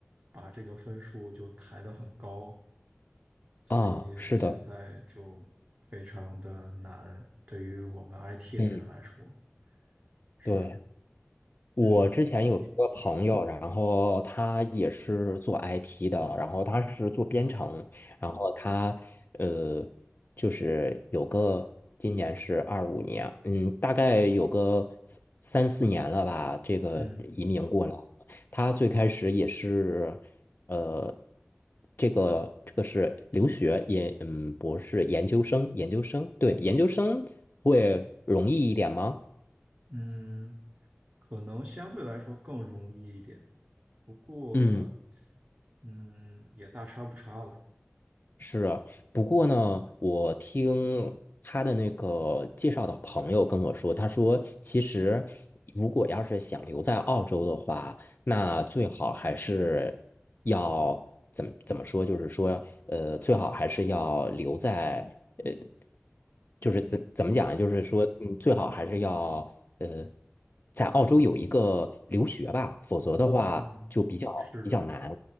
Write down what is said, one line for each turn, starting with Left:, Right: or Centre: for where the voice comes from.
Right: 把这个分数就抬得很高。所以现在就非常的难，
Left: 啊，是的，
Right: 对于我们 IT
Left: 嗯，
Right: 的人来说是，
Left: 对，我之前有一个朋友，
Right: 嗯，你，
Left: 然后他也是做 IT 的，然后他是做编程，
Right: 嗯
Left: 然后他呃，就是有个今年是二五年，嗯，大概有个三三四年了吧，这个移民过来。
Right: 嗯
Left: 他最开始也是呃，这个这个是留学研，嗯，博士研究生，研究生，对，研究生会容易一点吗？
Right: 嗯，可能相对来说更容易一点，不过，
Left: 嗯，
Right: 嗯，也大差不差了，
Left: 是啊不过呢，我听他的那个介绍的朋友跟我说，他说其实如果要是想留在澳洲的话，那最好还是要怎么怎么说，就是说，呃，最好还是要留在呃，就是怎怎么讲，
Right: 嗯
Left: 就是说，嗯，最好还是要呃，在澳洲有一个留学吧，否则的。话就比较比较难。
Right: 嗯，是的，